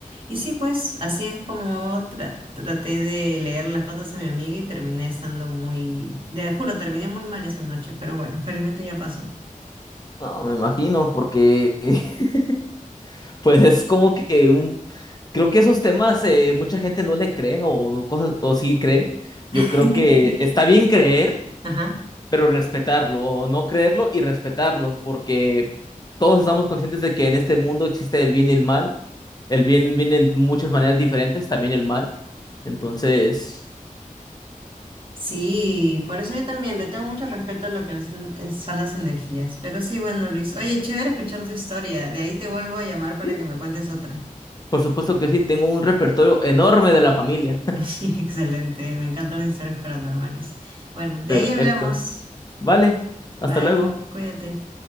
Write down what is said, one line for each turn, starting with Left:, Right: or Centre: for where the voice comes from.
Right: Y sí, pues así es como tra- traté de leer las cartas de mi amiga y terminé estando muy, te juro, terminé muy mal esa noche, pero bueno, felizmente ya pasó.
Left: No, me imagino, porque <laughs> pues es como que un... Creo que esos temas eh, mucha gente no le cree o no cosas o sí cree. Yo
Right: <laughs>
Left: creo que está bien creer,
Right: Ajá.
Left: pero respetarlo o no creerlo y respetarlo, porque todos estamos conscientes de que en este mundo existe el bien y el mal. El bien viene en muchas maneras diferentes, también el mal. Entonces,
Right: Sí, por eso yo también le tengo mucho respeto a lo que las en- eh, son las energías. Pero sí, bueno, Luis. Oye, chévere escuchar tu historia. De ahí te vuelvo a llamar para
Left: sí,
Right: que me cuentes otra.
Left: por supuesto que sí, tengo un repertorio enorme de la familia.
Right: <laughs> Excelente, me encantan las historias paranormales. Bueno,
Left: <laughs>
Right: de
Left: Perfecto.
Right: ahí hablamos.
Left: Vale, hasta
Right: Bye,
Left: luego.
Right: cuídate.